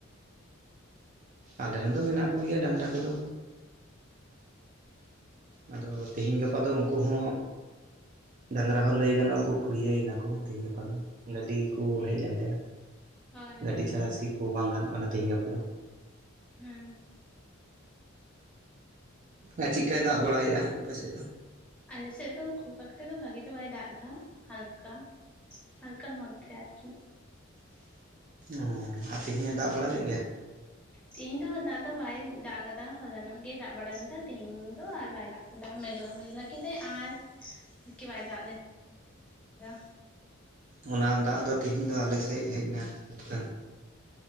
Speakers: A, on the right (about 35°); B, in the centre.
A: ᱟᱞᱮ ᱨᱮᱱ ᱫᱚ ᱢᱮᱱᱟᱜ ᱠᱚᱜᱮᱭᱟ ᱰᱟᱝᱨᱟ ᱠᱚᱫᱚ᱾ ᱟᱫᱚ ᱛᱮᱤᱦᱤᱧ
B: ᱟᱪᱪᱷᱟ
A: ᱜᱟᱯᱟ ᱫᱚ ᱩᱝ ᱠᱩᱦᱚᱸ ᱰᱟᱝᱨᱟ ᱦᱚᱸ ᱞᱟᱹᱭ ᱜᱟᱱᱚᱜᱼᱟ ᱠᱚ ᱠᱷᱩᱲᱤᱭᱟᱹᱭ ᱱᱟᱠᱚ ᱛᱮᱦᱤᱧ ᱜᱟᱯᱟ ᱫᱚ ᱜᱟᱹᱰᱤ ᱠᱚ
B: ᱦᱮᱸ
A: ᱦᱮᱡ ᱮᱱᱛᱮ
B: ᱦᱳᱭ
A: ᱜᱟᱹᱰᱤ
B: ᱦᱳᱭ
A: ᱪᱷᱟᱲᱟ ᱥᱤ ᱠᱚ ᱵᱟᱝ ᱜᱟᱱᱚᱜ ᱠᱟᱱᱟ ᱛᱤᱦᱤᱧ ᱜᱟᱯᱟ ᱫᱚ᱾
B: ᱦᱮᱸ
A: ᱟ ᱪᱮᱜᱠᱟᱭ ᱫᱟᱜ ᱵᱟᱲᱟᱭᱮᱜᱼᱟ ᱟᱯᱮ ᱥᱮᱜ ᱫᱚ?
B: ᱟᱞᱮᱥᱮᱫ ᱫᱚ ᱠᱷᱩᱵ ᱮᱠᱴᱟ ᱫᱚ ᱵᱷᱟᱜᱤ ᱫᱚ ᱵᱟᱭ ᱫᱟᱜ ᱫᱟ ᱦᱟᱞᱠᱟ᱾ ᱦᱟᱞᱠᱟᱨ ᱢᱫᱷᱮ ᱟᱨᱠᱤ᱾
A: ᱚ ᱟᱨ ᱛᱮᱦᱮᱧ ᱮ ᱫᱟᱜ ᱵᱟᱲᱟ ᱞᱮᱜ ᱜᱮᱭᱟ?
B: ᱛᱮᱦᱤᱧ ᱫᱚ ᱫᱟᱜ ᱫᱚ ᱵᱟᱭ ᱫᱟᱜ ᱠᱟᱫᱟ ᱦᱚᱞᱟᱱᱚᱜ ᱜᱮ ᱫᱟᱜ ᱵᱟᱲᱟ ᱞᱮᱫᱟ ᱛᱮᱤᱦᱤᱧ ᱫᱚ ᱟᱨ ᱵᱟᱭ ᱫᱟᱜ ᱫᱟᱜ ᱢᱮᱜᱞᱟ ᱢᱮᱜᱞᱟ ᱠᱮᱫᱟᱭ ᱟᱨ ᱮᱠᱤ ᱵᱟᱭ ᱫᱟᱜ ᱞᱮᱫ ᱫᱟ᱾
A: ᱚᱱᱟ ᱫᱟᱜ ᱫᱚ ᱛᱮᱦᱤᱧ ᱫᱚ ᱟᱞᱮ ᱥᱮᱜ ᱦᱮᱡ ᱮᱱᱟ ᱤᱠᱷᱟᱹᱱ᱾